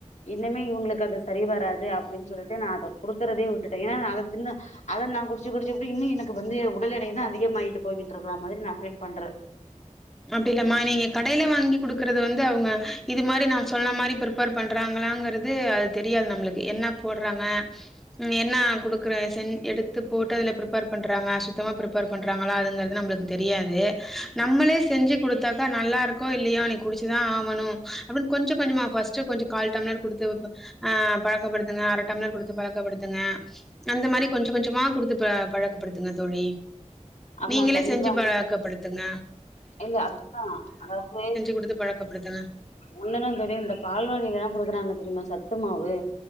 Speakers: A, on the left; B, in the centre.
A: இன்னமே இவங்களுக்கு அதை சரி வராது அப்டின்னு சொல்லிட்டு நான் அத குடுக்கறதே விட்டுட்டேன் ஏன்னா அதை தின்னு அதை நான் குடிச் குடிச்சு குடிச்சுப்புட்டு இன்னும் எனக்கு வந்து ஒ உடல்டைய தான் அதிகமாயிட்டு போயிட்டு இருக்குற மாதிரி நான்ஃபீல் பண்றேன்
B: அப்டி இல்லமா நீங்க கடயில வாங்கி குடுக்குறது வந்து அவங்க இது மாரி ந சொன்ன மாரி பிப்பேர் பண்றாங்களாங்கருது அது தெரியாது நம்ளுக்கு என்ன போடுறாங்க என்ன குடுக்குற செஞ் எடுத்து போட்டு அதுல பிர்ப்பர் பண்றாங்க சுத்தமா பிப்பேர் பண்றாங்களா அதுங்கிறது நமளுக்கு தெரியாது நம்மளே செ செஞ்சு கொடுத்தாக்கா நல்லா இருக்கோ இல்லையோ நீ குடிச்சுதான் ஆகணும் அப்படின்னு கொஞ்ச கொஞ்சமா பர்ஸ்ட்டு கொஞ்சம் கால் டம்ளர் கொடுத்து அஹ் பழக்கப்படுத்துங்க அரை டம்ளர் கொடுத்து பழக்கப்படுத்துங்க அந்த மாதிரி கொஞ்சம் கொஞ்சமா கொடுத்து பழக்கப்படுத்துங்க தோழி
A: ஆமா
B: நீங்களே
A: கண்டிப்பா
B: செஞ்சு பாழக்கப்படுத்துங்க
A: இல்ல அதுதான் அதாவது
B: குடுத்து பழக்கப்படுத்துங்க
A: ஒன்னென்ன தெரியும் இந்த பால்வடிலல்லாம் கொடுக்குறாங்க தெரியுமா சத்து மாவு